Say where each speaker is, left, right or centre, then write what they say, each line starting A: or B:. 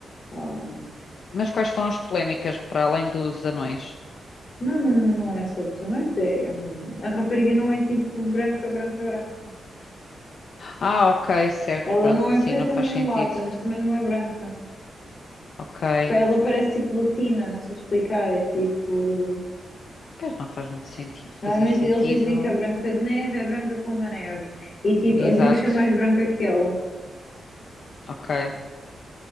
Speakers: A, on the left (about 55°); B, on the left (about 70°).
A: Ah,
B: Mas quais foram as polémicas para além dos anões?
A: não, não, não é sobre os anões, é, hum, a rapariga não é tipo branca, branca, branca.
B: Ah, ok, certo,
A: Ela
B: pronto,
A: não é
B: sim,
A: preta
B: não faz
A: nem
B: sentido.
A: mulata, mas também não é branca.
B: Ok.
A: Pá, Ela parece tipo latina, não sei explicar. É tipo.
B: Pois não faz muito sentido, fazia
A: Normalmente
B: sentido.
A: eles dizem que a Branca de Neve é branca como a neve. E tipo,
B: Exato,
A: a bruxa é mais branca que ela.
B: ok.